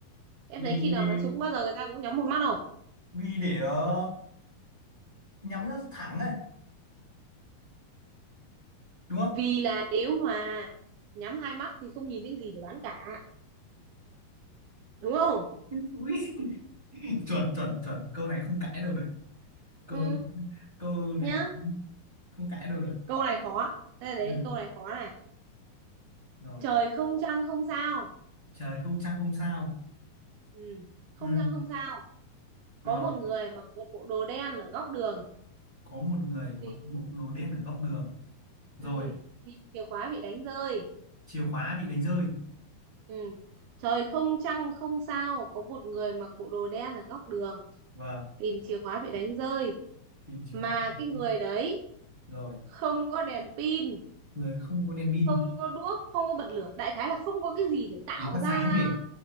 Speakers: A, on the right; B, in the centre.
A: em
B: vì
A: thấy khi nào bắn súng bao giờ người ta cũng nhắm một mắt không
B: vì để ờ, nhắm nó thẳng này đúng không
A: vì là nếu mà nhắm hai mắt thì không nhìn thấy gì để bắn cả đúng không
B: Ui, <laughs> chuẩn chuẩn chuẩn câu này không cãi đâu được câu
A: ừ
B: câu này
A: nhá
B: không cãi đâu được
A: câu này khó thế đến
B: ừ.
A: câu này khó này
B: rồi
A: trời không trăng không sao
B: trời không trăng không sao
A: ừ. không
B: ừ.
A: trăng không sao có
B: rồi
A: một người mặc một bộ đồ đen ở góc đường
B: có một người mặc
A: tìm
B: bộ đồ đen ở góc đường rồi
A: ừ. tìm chìa khóa bị đánh rơi
B: chìa khóa bị đánh rơi
A: ừ. trời không trăng không sao có một người mặc bộ đồ đen ở góc đường
B: vâng
A: tìm chìa khóa bị đánh rơi
B: tìm chìa
A: mà
B: khóa bị đánh
A: cái người
B: rơi.
A: đấy
B: rồi
A: không có đèn pin
B: người không có đèn pin
A: không có đuốc không có bật lửa đại khái là không có cái gì để tạo
B: để phát
A: ra
B: sáng gì